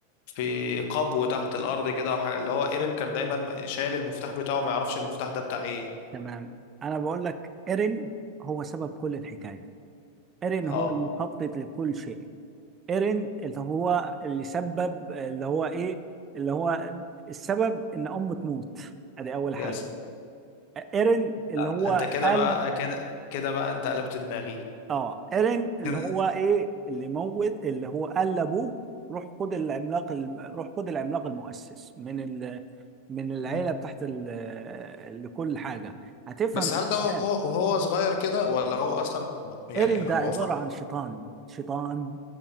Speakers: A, on the left; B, on the right.
A: في قبو تحت الارض كده وحاجة اللي هو ايرين كان دايما شايل المفتاح بتاعه ما يعرفش المفتاح ده بتاع ايه
B: تمام انا بقول لك ايرين هو سبب كل الحكايه ايرين
A: اه
B: هو المخطط لكل شيء ايرين اللي هو اللي سبب اللي هو ايه اللي هو السبب ان امه تموت ادي اول
A: يا
B: حاجه ايرين اللي
A: لا
B: هو
A: انت كده
B: قال
A: بقى كده كده بقى انت قلبت دماغي
B: اه ايرين اللي
A: كده
B: هو ايه اللي موت اللي هو قال لابوه روح خد العملاق الم- روح خد العملاق المؤسس من ال... من العيله
A: مم.
B: بتاعت ال... لكل حاجه هتفهم
A: بس هل
B: الأحداث.
A: ده وهو, وهو صغير كده ولا هو اصلا يعني
B: ايرين ده
A: هو
B: عباره
A: ف...
B: عن شيطان شيطان